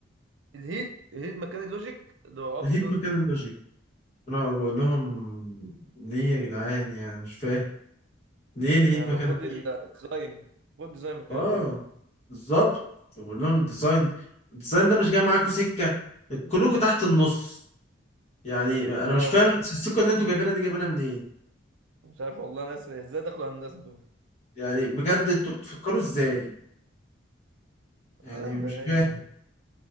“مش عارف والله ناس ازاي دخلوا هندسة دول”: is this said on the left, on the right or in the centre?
Right